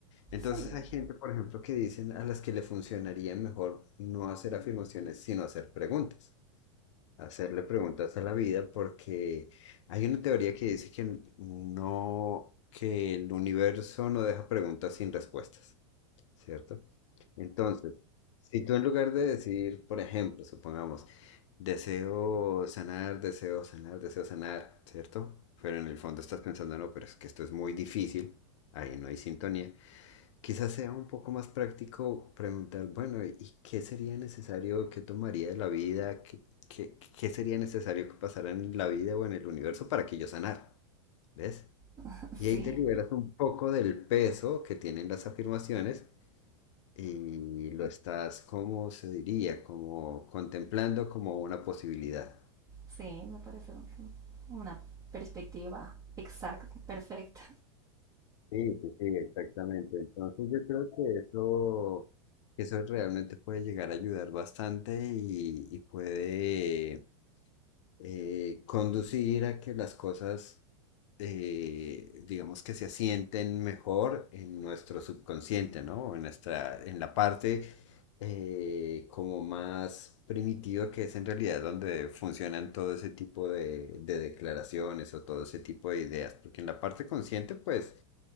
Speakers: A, on the left; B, on the right.
A: Entonces
B: sí,
A: hay gente, por ejemplo, que dicen a las que le funcionaría mejor no hacer afirmaciones, sino hacer preguntas hacerle preguntas a la vida porque hay una teoría que dice que no, que el universo no deja preguntas sin respuestas, ¿cierto? Entonces, si tú en lugar de decir, por ejemplo, supongamos, deseo sanar, deseo sanar, deseo sanar, ¿cierto? Pero en el fondo estás pensando, no, pero es que esto es muy difícil, ahí no hay sintonía. Quizás sea un poco más práctico preguntar, bueno, ¿y qué sería necesario, qué tomaría de la vida, qué, qué, qué sería necesario que pasara en la vida o en el universo para que yo sanara? ¿Ves?
B: <laughs>
A: Y ahí
B: sí,
A: te liberas un poco del peso que tienen las afirmaciones y lo estás, ¿cómo se diría? Como contemplando como una posibilidad.
B: sí, me parece un- una perspectiva exacta, perfecta,
A: Sí, sí, sí, exactamente. Entonces yo creo que eso, que eso realmente puede llegar a ayudar bastante y, y puede eh, conducir a que las cosas, eh, digamos que se asienten mejor en nuestro subconsciente, ¿no? En nuestra, en la parte eh, como más primitiva que es en realidad donde funcionan todo ese tipo de, de declaraciones o todo ese tipo de ideas, porque en la parte consciente, pues,